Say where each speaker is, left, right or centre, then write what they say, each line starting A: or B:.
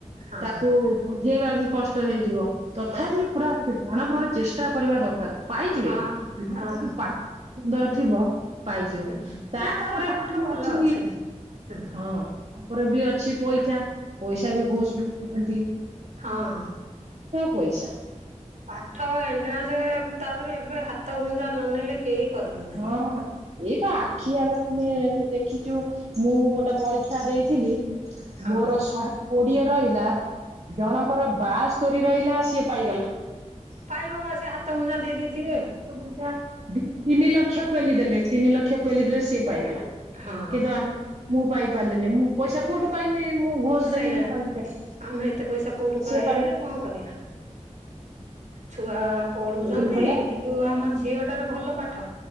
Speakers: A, on the right; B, on the right.
A: ହଁ
B: ତାକୁ ବଜେଇବା ବି କଷ୍ଟ ହେଇଯିବ ତଥାପି
A: କଷ୍ଟ
B: ପୁରା ପ୍ରାଣ ପ୍ରଣେ ଚେଷ୍ଟା କରିବା ଦରକାର। ପାଇଯିବେ
A: ହଁ
B: ପିଲା
A: ହଁ
B: ଯଦି ପାଠ ସୁନ୍ଦର ଥିବ। ପାଇଯିବ
A: ହୁଁ
B: ତାପରେ
A: ନା ତାର ପାଠ
B: ପୁଣି
A: ଭଲ
B: ଅଛି
A: ହୁଁ
B: ହଁ। ତାପରେ ବି ଅଛି ପଇସା ପଇସା ବି
A: ହଁ
B: ପଇସା।
A: ପାଠ ଏଣ୍ଟ୍ରାନ୍ସ ତାପରେ ଏବେ ହାତ ଗୁଞ୍ଜା ନ ନେଲେ କେହି କରିଦଉନାହାନ୍ତି।
B: ହଁ ଏଇ ପା
A: ହୁଁ
B: ଆଖି ଆଗର ଆମେ ସେ ଦେଖିଚୁ ମୁଁ ଗୋଟେ ପରୀକ୍ଷା ଦେଇଥିଲି
A: ହଁ
B: ମୋର ଶହେ କୋଡ଼ିଏ ରହିଲା ଜଣଙ୍କର ବାସ୍ତୈରି ରହିଲା ସିଏ ପାଇଗଲା।
A: ପାଇବ ବା ସେ ହାତ ଗୁଞ୍ଜା ଦେଇେଇଥିବେ।
B: ହଁ ହାତ ଗୁଣ୍ଟା ଦି ତିନି ଲକ୍ଷ ପେଲି ଦେଲେ ତିନି ଲକ୍ଷ ପେଲି ଦେଲେ ସିଏ ପାଇଗଲା
A: ହଁ
B: କିନ୍ତୁ ଆମ ମୁଁ ପାଇ ପାରଲିନି ମୁଁ ପଇସା କୋଉଠୁ ପାଇମି ମୁଁ ଘୋଷ
A: ସେଇଆ
B: ଦେମି ମୁଁ ପାଇମି ଚା
A: ଆମେ ଏତେ ପଇସା କୋଉଠୁ ପାଇବା
B: ସିଏ ପାଇଗଲା।
A: ଯେ କଣ କରିବା ଛୁଆ ପଢ଼ୁଚନ୍ତି
B: ଏଇଭଳିଆ
A: କିନ୍ତୁ ଆମ ଝିଅଟାର ଭଲ ପାଠ